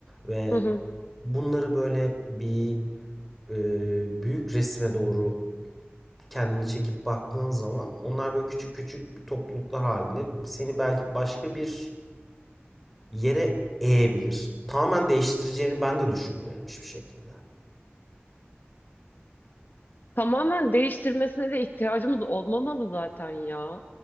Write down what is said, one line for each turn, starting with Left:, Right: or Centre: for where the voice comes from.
Centre: Ve
Left: Hı hı.
Centre: bunları böyle bir e, büyük resme doğru kendini çekip baktığın zaman onlar böyle küçük küçük topluluklar halinde seni belki başka bir yere eğebilir. Tamamen değiştireceğini ben de düşünmüyorum hiçbir şekilde.
Left: Tamamen değiştirmesine de ihtiyacımız olmamalı zaten ya.